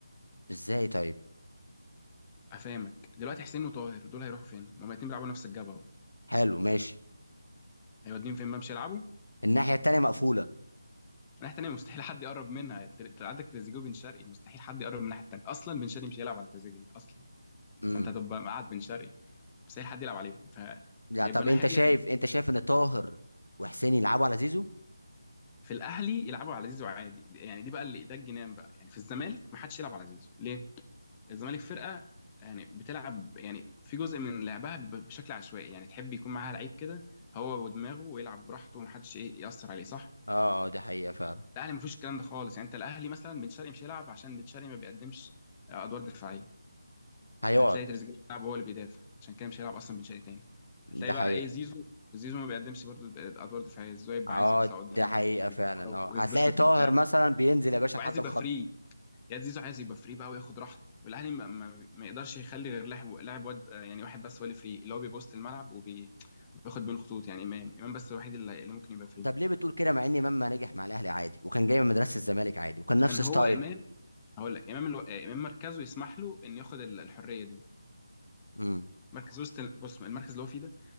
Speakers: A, on the left (about 80°); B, on the left (about 15°).
A: ازاي طيب
B: افهمك دلوقتي حسين وطاهر دول هيروحوا فين ما هما الاتنين بيلعبوا نفس الجبهه اهو
A: حلو ماشي
B: هيوديهم فين ما مش يلعبوا
A: الناحية التانية مقفولة
B: الناحيه التانيه مستحيل حد يقرب منها يعني تل- عندك تريزيجيه وبن شرقي مستحيل حد يقرب من الناحيه التانيه اصلا بن شرقي مش هيلعب على تريزيجيه اصلا
A: امم
B: فانت هتبقى قاعد بن شرقي مستحيل حد يلعب عليهم فهيبقى
A: لا طب
B: الناحيه
A: انت شايف
B: دي هيبقى
A: انت شايف ان طاهر وحسين يلعبوا على زيزو
B: في الاهلي يلعبوا على زيزو عادي يعني دي بقى اللي ده الجنان بقى يعني في الزمالك ما حدش يلعب على زيزو ليه الزمالك فرقه يعني بتلعب يعني في جزء من لعبها بيبقى بشكل عشوائي يعني تحب يكون معاها لعيب كده هو ودماغه ويلعب براحته ومحدش ايه يأثر عليه صح
A: اه آه، ده حقيقة فعلا
B: الاهلي مفيش الكلام ده خالص يعني انت الاهلي مثلا بن شرقي مش هيلعب عشان بن شرقي ما بيقدمش آه، ادوار دفاعيه
A: هيقعد
B: هتلاقي تريزيجيه بيلعب هو اللي بيدافع عشان كده مش هيلعب اصلا بن شرقي تاني
A: ده
B: هتلاقي
A: حقيقة
B: بقى ايه زيزو زيزو ما بيقدمش برضه ادوار دفاعيه زيزو يبقى
A: اه
B: عايز يطلع قدام
A: ده حقيقة فعلا
B: بالكوره
A: اه
B: ويتبسط
A: هتلاقي طاهر
B: وبتاع
A: مثلا بينزل يا باشا
B: وعايز
A: لحد
B: يبقى
A: الخط
B: فري يا زيزو عايز يبقى فري بقى وياخد راحته والاهلي ما, ما, ما يقدرش يخلي غير لاعب لاعب واد آه، يعني واحد بس هو اللي فري اللي هو بيبوست الملعب وبياخد بين الخطوط يعني امام امام بس الوحيد اللي, اللي ممكن يبقى فري
A: طب ليه بتقول كده مع ان امام ما نجح مع الاهلي عادي وكان جاي من مدرسة الزمالك عادي وكان نفس
B: كان
A: ستايل
B: هو امام هقول لك امام الو... آه، امام مركزه يسمح له انه ياخد ال- الحريه دي
A: امم
B: مركز وسط بص المركز اللي هو فيه ده